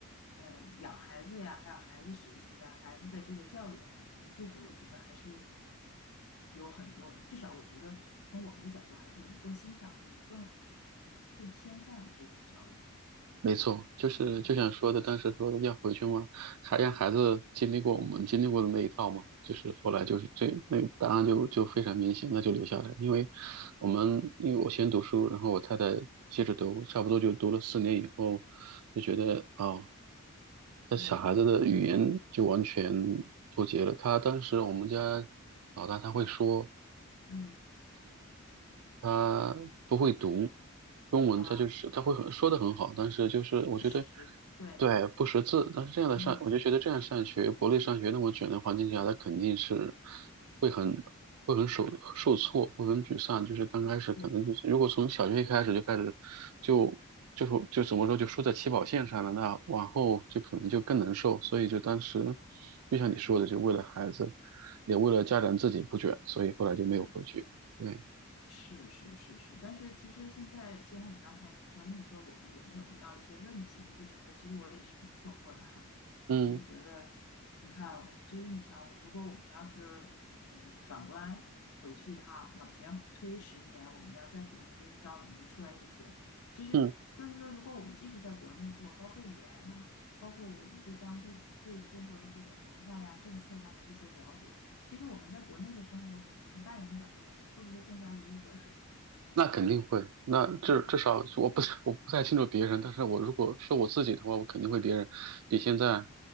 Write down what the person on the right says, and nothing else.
没错，就是就像说的，
当时说的要回去嘛，还让孩子经历过我们经历过的那一套嘛，就是后来就是这那个答案就就非常明显，那就留下来，因为我们因为我先读书，然后我太太接着读，差不多就读了四年以后，就觉得啊，他小孩子的语言就完全
脱节了。他当时我们家老大他会说，
他不会读中文，
他就是他会很说的很好，但是就是我觉得
对不识字，但是这样的上，
我就觉得这样上学，国内上学那么卷的环境下，他肯定是会很会很受受挫，会很沮丧，就是刚开始可能就是如果从小学一开始就开始就。
就是就怎么说，就输在起跑线上了，那往后就可能就更难受。所以就当时，就像你说的，就为了孩子，也为了家长自己不卷，所以后来就没有回去。
对。
嗯。
嗯，
那肯定会。那至至少我不我不太清楚别人，
但是我如果是我自己的话，我肯定会别人比现在